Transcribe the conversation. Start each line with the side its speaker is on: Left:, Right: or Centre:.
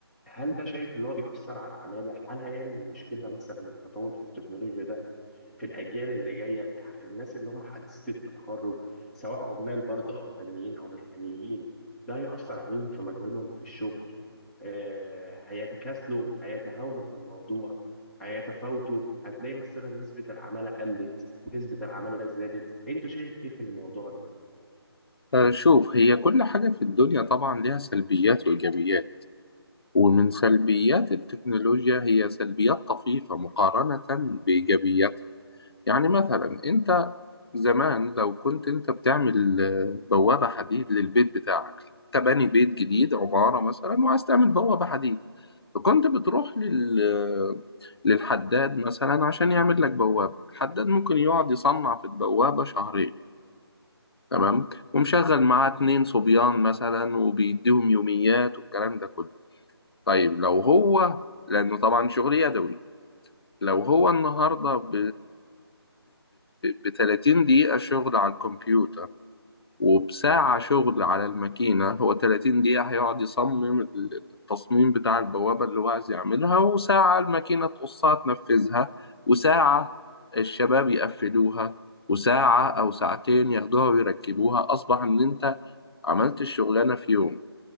Centre: هل ده شايف اللي هو بيأثر على العمالة هل هيعمل مشكلة مثلا التطور في التكنولوجيا ده في الأجيال اللي جاية الناس اللي هم حديثي التخرج سواء عمال برضه أو فنيين أو مهنيين ده هيأثر عليهم في مجهودهم في الشغل آه، هيتكاسلوا هيتهاونوا في الموضوع هيتفاوتوا هتلاقي مثلا نسبة العمالة قلت نسبة العمالة زادت أنت شايف إيه في الموضوع ده؟
Left: شوف هي كل حاجة في الدنيا طبعا ليها سلبيات وإيجابيات ومن سلبيات التكنولوجيا هي سلبيات طفيفة مقارنة بإيجابياتها يعني مثلا أنت زمان لو كنت انت بتعمل آه، بوابة حديد للبيت بتاعك انت باني بيت جديد عمارة مثلا وعايز تعمل بوابة حديد فكنت بتروح لل آه، للحداد مثلا عشان يعمل لك بوابة الحداد ممكن يقعد يصنع في البوابة شهرين تمام ومشغل معاه اتنين صبيان مثلا وبيديهم يوميات والكلام ده كله طيب لو هو لأنه طبعا شغل يدوي لو هو النهاردة ب ب 30 دقيقة شغل على الكمبيوتر وبساعة شغل على الماكينة هو 30 دقيقة هيقعد يصمم التصميم بتاع البوابة اللي هو عايز يعملها وساعة الماكينة تقصها تنفذها وساعة الشباب يقفلوها وساعة أو ساعتين ياخدوها ويركبوها أصبح إن أنت عملت الشغلانة في يوم